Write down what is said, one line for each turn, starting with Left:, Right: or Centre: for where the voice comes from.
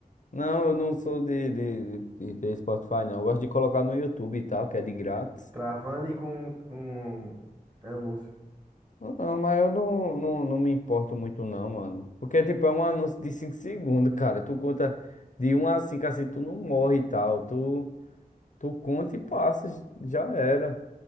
Left: Não, eu não sou de, de, de, de ter Spotify, não. Eu gosto de colocar no YouTube e tal, que é de grátis.
Right: Travando e com, com anúncio.
Left: Não, não, mas eu não, não, não me importo muito não, mano. Porque, tipo, é um anúncio de 5 segundos, cara. Tu conta de um a 5 assim, tu não morre e tal. Tu, tu conta e passa, j- já era.